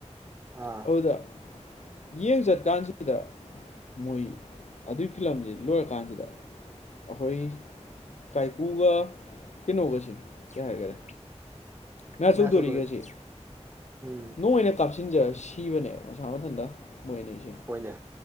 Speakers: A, on the right (about 20°); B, on the left (about 75°).
A: ꯑꯥ
B: ꯑꯗꯨꯗ ꯌꯦꯡ ꯆꯠꯀꯥꯟꯁꯤꯗ ꯃꯣꯏ ꯑꯗꯨꯒꯤ ꯐꯤꯂꯝꯖ‌ꯦ ꯂꯣꯏꯔꯀꯥꯟꯁꯤꯗ ꯑꯈꯣꯏ ꯀꯥꯏꯀꯨꯒ ꯀꯩꯅꯣꯒꯁꯤ ꯀꯩ ꯍꯥꯏꯒꯔꯦ ꯃꯌꯥꯆꯧꯗꯣꯔꯤ
A: ꯃꯌꯥ ꯆꯧꯗꯣꯔꯤ
B: ꯒꯦꯁꯤ
A: ꯎꯝ
B: ꯅ‌ꯣꯏꯔ ꯀꯥꯞꯁꯤꯟꯖꯔꯒ ꯁꯤꯕꯅꯦꯕ ꯃꯁꯥ ꯃꯊꯟꯇ ꯃꯣꯏ ꯑꯅꯤꯁꯤ
A: ꯍ‌ꯣꯏꯅꯦ